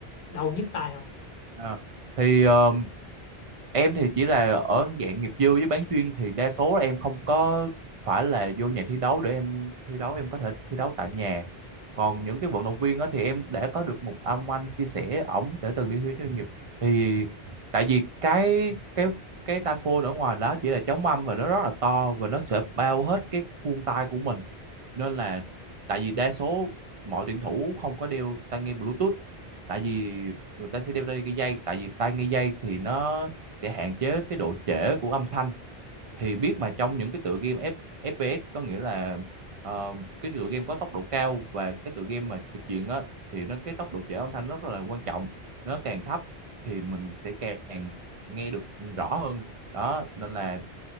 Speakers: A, on the left; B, on the right.
A: đau nhức tai không
B: À, thì ờ, em thì chỉ là ở dạng nghiệp dư với bán chuyên thì đa số là em không có phải là vô nhà thi đấu để em thi đấu em có thể thi đấu tại nhà còn những cái vận động viên đó thì em đã có được một ông anh chia sẻ ổng để từng đi thi đấu chuyên nghiệp thì tại vì cái cái cái tai ở ngoài đó chỉ là chống âm và nó rất là to và nó sẽ bao hết cái khuôn tay của mình nên là tại vì đa số mọi tuyển thủ không có đeo tai nghe Bluetooth tại vì người ta sẽ đeo tai nghe dây tại vì tai nghe dây thì nó sẽ hạn chế cái độ trễ của âm thanh thì biết mà trong những cái tựa game F, FPS có nghĩa là ờ, cái tựa game có tốc độ cao và cái tựa game mà trực diện á thì nó cái tốc độ trễ âm thanh rất là quan trọng nó càng thấp thì mình sẽ càng nghe được rõ hơn đó nên là